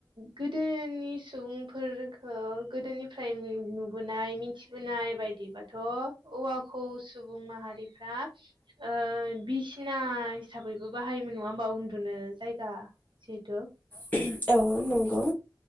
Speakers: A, on the right (about 75°); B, on the left (about 20°).
A: गोदोनि सुबुंफोर हो गोदोनिफ्राय नुबोनाय मिथिबोनाय बायदिबाथ' औवाखौ सुबुं माहारिफ्रा ओ बि सिना हिसाबैबो बाहायोमोन नङा होमबा उन्दुनो जायगा जिहेथु
B: <unintelligible> औ नंगौ।